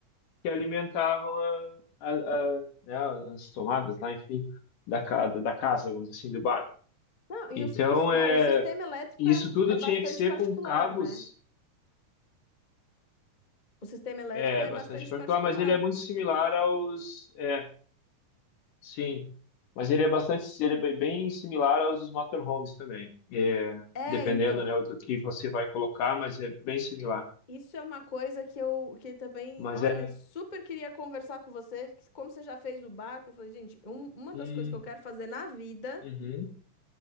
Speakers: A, on the left; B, on the left.
A: que alimentavam a, a, a, né, as tomadas lá, enfim, da, ca- da casa, vamos dizer assim, do barco.
B: Não, e
A: Então,
B: os, os- bom,
A: é,
B: o sistema elétrico
A: isso
B: é, um-
A: tudo
B: é bastante
A: tinha que ser
B: particular,
A: com cabos
B: né? O sistema elétrico
A: É,
B: é
A: bastante
B: bastante
A: particular,
B: particular.
A: mas ele é muito similar aos. É, sim. Mas ele é bastante. Ele é bem similar aos dos motorhomes também. É,
B: É,
A: dependendo,
B: então,
A: né, do que você vai colocar, mas é bem similar.
B: isso é uma coisa que eu que também,
A: Mas
B: olha,
A: é.
B: super queria conversar com você, que como você já fez o barco, eu falei, gente, um- uma
A: hum,
B: das coisas que eu quero fazer na vida
A: Uhum,